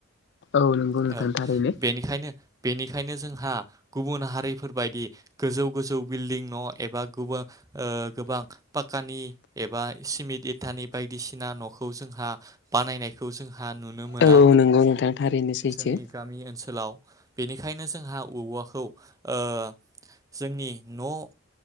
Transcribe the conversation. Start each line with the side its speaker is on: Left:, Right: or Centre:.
Left: औ नंगौ नोंथां
Right: औ
Left: थारैनो
Right: बेनिखायनो बेनिखायनो जोंहा, गुबुन हारिफोरबायदि गोजौ गोजौ बिल्डिं न' एबा गुबां ओ गोबां पाकानि एबा सिमिन्ट इटानि बायदिसिना न'खौ जोंहा बानायनायखौ जों आंहा नुनो मोना
Left: औ औ नंगौ नोंथां थारैनो सैथो
Right: जोंनि गामि ओनसोलाव, बेनिखायनो जोंहा औवा खौ ओ जोंनि न'